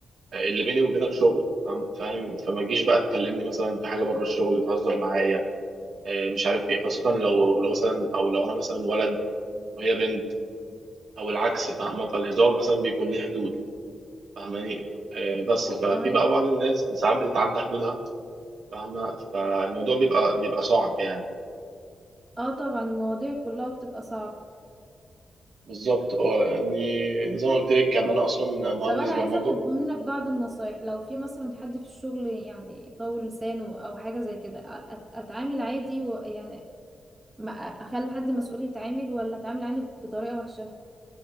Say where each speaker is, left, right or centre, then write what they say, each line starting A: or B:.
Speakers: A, on the right; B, on the right.
A: اللي بيني وبينك شغل فاهم فاهم؟ فما تجيش بقى تكلمني مثلا في حاجة بره الشغل تهزر معايا آه، مش عارف ايه خاصة لو لو مثلا او لو انا مثلا ولد وهي بنت او العكس فاهمة فالهزار مثلا بيكون ليه حدود فاهماني آه، بس ففي
B: تمام
A: بقى بعض الناس ساعات بتتعدى حدودها فاهمة فالموضوع بيبقى بيبقى صعب يعني
B: اه طبعا المواضيع كلها بتبقى صعبة
A: بالظبط اه يعني زي ما قلت لك يعني انا اصلا مهندس
B: طب انا
A: برمجه
B: عايزه اخد منك بعض النصايح لو في مثلا حد في الشغل يعني طول لسانه او حاجه زي كده أ- أت- اتعامل عادي و يعني ما أ- اخلي حد مسؤول يتعامل ولا اتعامل عادي بطريقه وحشه